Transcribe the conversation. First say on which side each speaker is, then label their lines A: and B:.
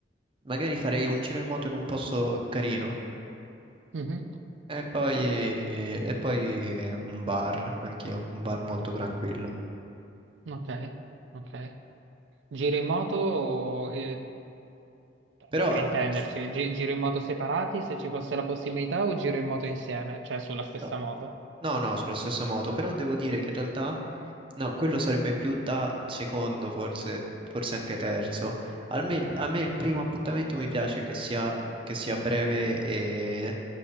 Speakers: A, on the right; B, on the right.
A: Magari farei un giro in moto in un posto carino
B: Mhm.
A: e poi, e poi un bar, anch'io, un bar molto tranquillo.
B: Ok, ok. Giri in moto, eh,
A: Però
B: per intenderci,
A: f-
B: gi- giri in moto separati se ci fosse la possibilità o giro in moto insieme, cioè sulla stessa
A: No,
B: moto?
A: no, no, sulla stessa moto, però devo dire che in realtà, no, quello sarebbe più da secondo, forse, forse anche terzo. Al me il- A me, il primo appuntamento mi piace che sia, che sia breve e,